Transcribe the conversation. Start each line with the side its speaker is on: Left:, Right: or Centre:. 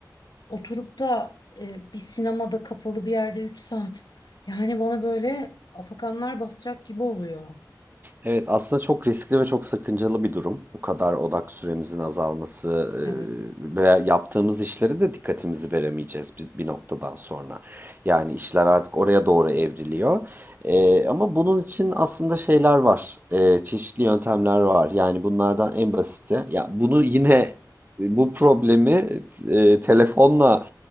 Left: Oturup da e, bir sinemada kapalı bir yerde 3 saat. Yani bana böyle afakanlar basacak gibi oluyor.
Right: Evet, aslında çok riskli ve çok sakıncalı bir durum. Bu kadar odak süremizin azalması
Left: Evet.
Right: e, ve yaptığımız işlere de dikkatimizi veremeyeceğiz bir, bir noktadan sonra. Yani işler artık oraya doğru evriliyor. E, ama bunun için aslında şeyler var, E, çeşitli yöntemler var. Yani bunlardan en basiti, ya bunu yine bu problemi e, telefonla